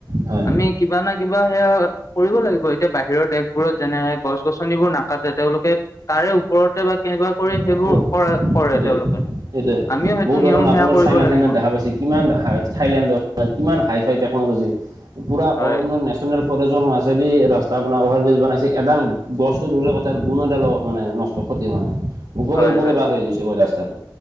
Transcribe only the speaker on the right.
হয়।
সেইটোৱে
সেইটোৱে,
বহু ধৰণ
আপোনাৰ
চাইনা
ঠাইনাত দেখা পাইছে কিমান হাই থাইলেণ্ডৰ, কিমান হাই ফাই টেকন'লজি, পুৰা
অৰণ্য নে নেচনেল ফৰেজনৰ মাজেদি ৰাস্তা বনাব অভাৰব্ৰিজ বনাইছে, এডাল গছটো দূৰৰে কথা গুণ এডালো মানে ন একো ক্ষতি হোৱা নাই। ওপৰে
ওপৰে
পাৰ হৈ গৈছে ৰাস্তাতো।